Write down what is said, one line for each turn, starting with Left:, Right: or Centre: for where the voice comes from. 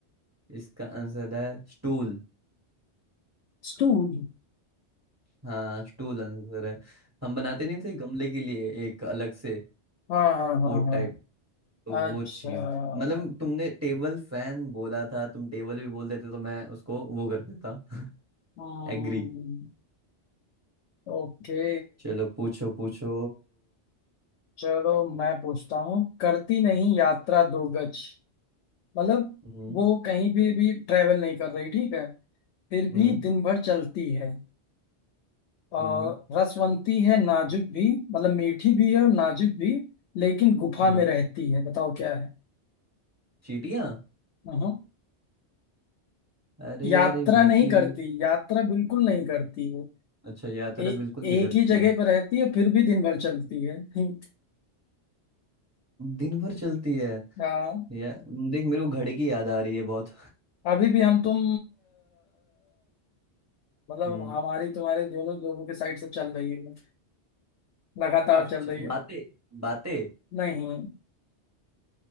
Right: इसका आंसर है स्टूल
Left: स्टूल
Right: हाँ स्टूल आंसर है हम बनाते नहीं थे गमले के लिए एक अलग से
Left: हाँ हाँ हाँ
Right: पोर्ट
Left: हाँ
Right: टाइप तो वो
Left: अच्छा
Right: चीज मतलब तुमने टेबल फैन बोला था तुम टेबल भी बोल देते तो मैं उसको वो कर देता <laughs>
Left: हम्म,
Right: एग्री
Left: ओके
Right: चलो पूछो पूछो
Left: चलो मैं पूछता हूँ करती नहीं यात्रा दो गज मतलब
Right: हम्म
Left: वो कहीं भी भी ट्रेवल नहीं कर रही ठीक है फिर भी
Right: हम्म
Left: दिन भर चलती है
Right: हम्म
Left: और रसवंती है नाजुक भी मतलब मीठी भी है और नाजुक भी लेकिन गुफा
Right: हम्म
Left: में रहती है बताओ क्या है
Right: चीटियां
Left: हाँ
Right: अरे
Left: यात्रा
Right: यार ये मीठी
Left: नहीं करती
Right: भी
Left: यात्रा बिल्कुल नहीं करती वो
Right: अच्छा यात्रा
Left: ए,
Right: बिल्कुल नहीं
Left: एक
Right: करती
Left: ही जगह
Right: है
Left: पर रहती है फिर भी दिन भर चलती है <laughs>
Right: दिन भर चलती है
Left: हाँ
Right: या देख मेरे को घड़ी की याद आ रही है बहुत
Left: अभी भी हम तुम मतलब
Right: हम्म
Left: हमारी तुम्हारे दोनों लोगों के साइड से चल रही है लगातार
Right: कुछ
Left: चल
Right: च-
Left: रही है
Right: बातें बातें
Left: नहीं